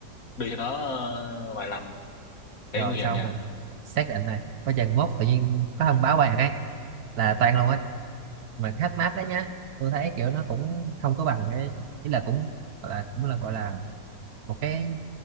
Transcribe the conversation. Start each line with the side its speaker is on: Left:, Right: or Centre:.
Left: đưa cho nó ờ, vài lần thấy
Right: rồi
Left: nguy
Right: xong
Left: hiểm nha
Right: rồi xác định này coi chừng mốt tự nhiên có thông báo bay ạc ấy là toan luôn ấy mà hack map đấy nhá tôi thấy kiểu nó cũng không có bằng cái ý là cũng gọi là cũng là gọi là một cái